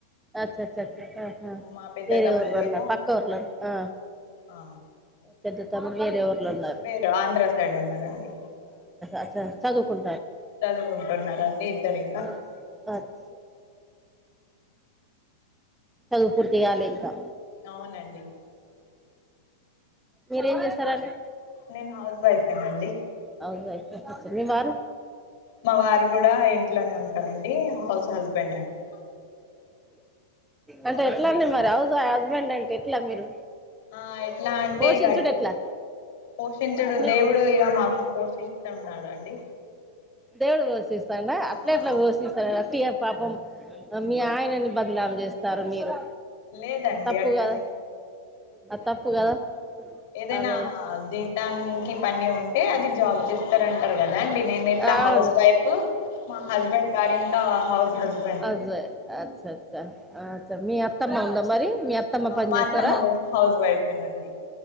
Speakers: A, in the centre; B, on the left (about 50°).
A: అచ్చచ్చ ఆ
B: మా పెద్ద
A: వేరే
B: తమ్ముడేమో
A: ఊర్ పక్క ఊర్ల ఆ
B: ఆ
A: పెద్ద తమ్ము వేరే ఊర్లో ఉన్నారు
B: వేరు ఆంధ్ర సైడ్ ఉన్నారండి
A: అచ చదువుకుం
B: చదువుకుంటున్నారండి ఇద్దరు ఇంకా
A: ఆ, అచ్చా అచ్చా. చదువు పూర్తి కాలే ఇంకా
B: అవునండి
A: మీరేం చేస్తరండి
B: నేను హౌస్ వైఫే నండి
A: హౌస్ వైఫ అచ్చచ్చ మీ వారు
B: మా వారు కూడా ఇంట్లోనే ఉంటారండి హౌస్ హస్బెండ్ అండి
A: అంటే ఎట్లా అండి మరి హౌస్ హస్బెండ్ అంటే ఎట్లా మీరు
B: ఆ ఎట్లా అంటే
A: పోషించుడు
B: ఇగ
A: ఎట్లా
B: పోషించుడు
A: మీ-
B: దేవుడు ఇగ మాకు పోషిస్తున్నాడు అండి
A: దేవుడు పోషిస్తాడా అట్లే
B: అవునండి
A: అట్లా పోషిస్తా వొట్టిగా పాపం మీ ఆయనని బద్లాం చేస్తారు మీరు
B: లేదండి
A: తప్పు
B: అట్లనె
A: కదా అది తప్పు కదా
B: ఏదైనా
A: అరే
B: జీతాం కి పని ఉంటే అది జాబ్ ఇస్తారంటారు కదా అండి నేను ఇట్లా
A: అవును
B: హౌస్ వైఫ్ మా హస్బెండ్ గారి ఇంకా హౌస్ హస్బెం
A: హౌస్ వైఫ్ అచ్చచ్చ ఆ అచ్చ మీ అత్తమ్మ ఉందా మరి మీ అత్తమ్మ పని
B: మా
A: చేస్తారా
B: అత్తమ్మ కూడా హౌస్ వైఫేనండి